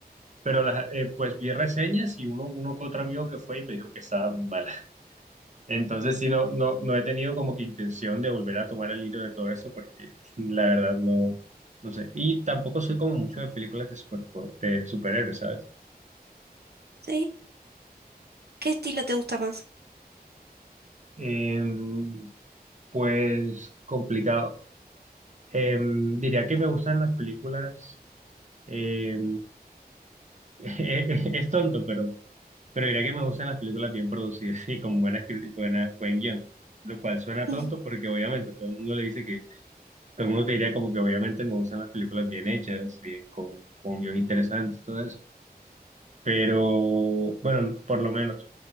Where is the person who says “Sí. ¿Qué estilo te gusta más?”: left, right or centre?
Right